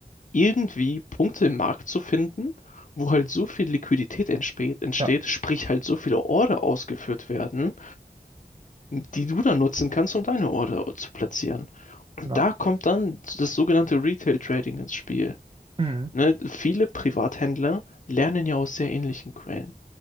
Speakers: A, on the left (about 55°); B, on the right (about 30°).
A: irgendwie Punkte im Markt zu finden, wo halt so viel Liquidität entsteht, entsteht,
B: ja,
A: sprich halt so viele Order ausgeführt werden, die du dann nutzen kannst, um deine Order zu platzieren. Und
B: genau.
A: da kommt dann das sogenannte Retail Trading ins Spiel.
B: Mhm.
A: Ne, viele Privathändler lernen ja aus sehr ähnlichen Quellen.